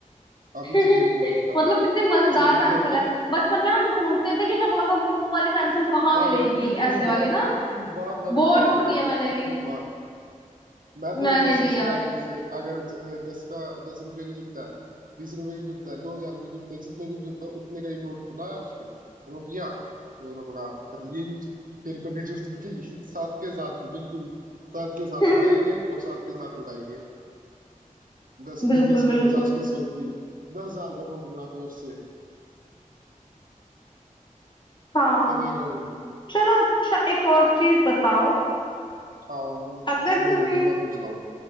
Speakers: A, on the right; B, on the left.
A: काफी
B: <laughs>
A: चीजें ड्रॉ करता
B: मतलब कितनी मजेदार
A: सब
B: पेंसिल है
A: <laughs>
B: बचपन में हम ढूंढते थे कि शकला का बूम बूम वाली पेंसिल कहाँ
A: और
B: मिलेगी
A: कितनी
B: ऐसे वाली
A: बार
B: ना
A: कितनी बार मैंने
B: बहुत
A: ट्राई
B: ढूंढी
A: किया ना
B: है मैंने
A: कितनी
B: भी
A: बार मैं
B: मैंने
A: तो मतलब
B: भी
A: सबसे
B: यार
A: पहले जैसे अगर ज- दस का दस रुपए की जरूरत है बीस रुपए की जरूरत है दो हजार की जरूरत है जितने की जरूरत है उतने का ही नोट बनाया उस पे रोकिया और अपना कर लिए यूज फिर कभी जरूरत पड़ी <laughs> साथ के साथ बिल्कुल साथ के साथ
B: <laughs>
A: बढ़ाएंगे और साथ के साथ उड़ाएंगे दस
B: बिल्कुल
A: की बीस
B: बिल्कुल
A: की पचास की सौ की दस हजार का नोट बना दो उससे
B: हाँ
A: चलेगा वो भी
B: चलो अच्छा एक और चीज बताओ
A: हाँ
B: अगर
A: कुछ और
B: तुम्हें
A: नहीं तो मैं पूछता हूँ